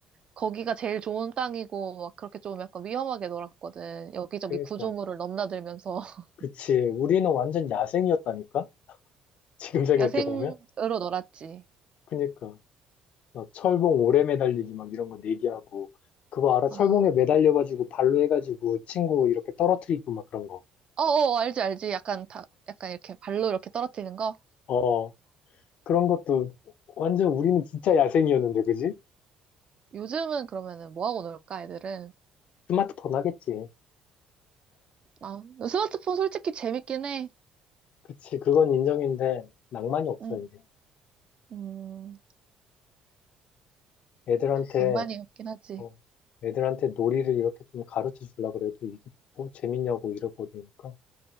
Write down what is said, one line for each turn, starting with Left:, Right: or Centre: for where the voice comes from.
Right: 거기가 제일 좋은 땅이고 막 그렇게 좀 약간 위험하게 놀았거든. 여기저기
Left: 그니까.
Right: 구조물을 넘나들면서 <laughs>
Left: 그치. 우리는 완전 야생이었다니까? <laughs> 지금 생각해보면?
Right: 야생으로 놀았지.
Left: 그니까. 막 철봉 오래 매달리기 막 이런 거 내기하고. 그거 알아?
Right: 아,
Left: 철봉에 매달려가지고 발로 해가지고 친구 이렇게 떨어뜨리고 막 그런 거.
Right: 어어 알지 알지. 약간 다 약간 이렇게 발로 이렇게 떨어뜨리는 거.
Left: 어, 그런 것도 완전 우리는 진짜 야생이었는데, 그지?
Right: 요즘은 그러면은 뭐 하고 놀까 애들은?
Left: 스마트폰 하겠지.
Right: 아, 스마트폰 솔직히 재밌긴 해.
Left: 그치. 그건 인정인데 낭만이 없어,
Right: 음,
Left: 이제.
Right: 음,
Left: 애들한테
Right: 낭만이 없긴 하지.
Left: 어, 애들한테 놀이를 이렇게 좀 가르쳐 주려 그래도 이게 뭐 재밌냐고 잃어버리니까